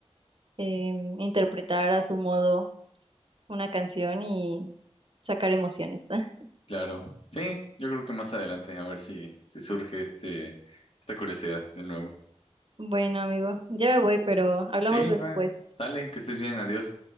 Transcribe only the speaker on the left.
claro. Sí, yo creo que más adelante, a ver si, si surge este, esta curiosidad de nuevo.
Sí,
va, dale, que estés bien, adiós.